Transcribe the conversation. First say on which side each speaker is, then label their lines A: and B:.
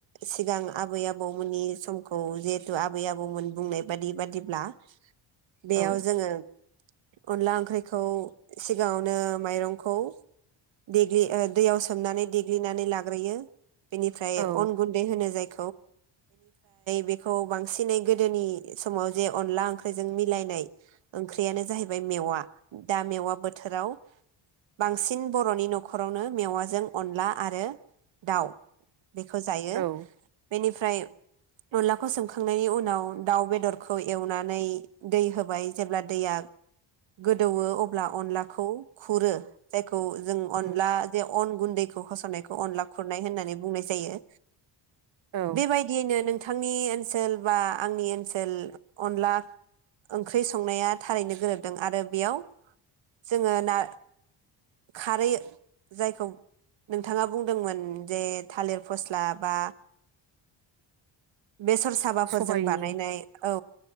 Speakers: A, on the right; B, on the right.
A: सिगां आबै आबौमोननि समखौ जिहेथु आबै आबौमोन बुंनाय बादि बादिब्ला बेयाव
B: औ
A: जोङो अनला ओंख्रिखौ सि सिगाङावनो माइरंखौ दै दैयाव सोमनानै देग्लिनानै लाग्रोयो बेनिफ्राय
B: औ
A: अन गुन्दै होनो जाय बेनिफ्राय बेखौ बांसिनै गोदोनि समाव जे बिनिफ्राय बेखौ बांसिनै गोदोनि समाव जे बेनिफ्राय बेखौ बांसिनै गोदोनि समाव जे अनला ओंख्रिजों मिलायनाय ओंख्रियानो जाहैबाय मेवा दा मेवा बोथोराव बांसिन बर'नि न'खर न'खरावनो मेवाजों अनला आरो दाउ बेखौ जायो
B: औ
A: बेनिफ्राय ओमफ्राय अनलाखौ सोमखांनायनि उनाव अनलाखौ संखांनायनि उनाव दाउ बेदरखौ एवनानै दै होबाय जेब्ला दैया गोदौवो अब्ला अनलाखौ खुरो जायखौ जों अनला
B: उम
A: जे अन गुन्दैखौ होसावनायखौ अनला खुरनाय होननानै बुंनाय जायो।
B: औ
A: बेबायदियैनो नोंथां नोंथांनि ओनसोल बा आंनि ओनसोल अनला ओंख्रि संनाया थारैनो गोरोबदों आरो बेयाव जोङो ना खारै जायखौ नोंथाङा बुंदोंमोन जे थालिर फस्ला बा बेसर साबाफोरजों
B: सबायनि
A: बानायनाय औ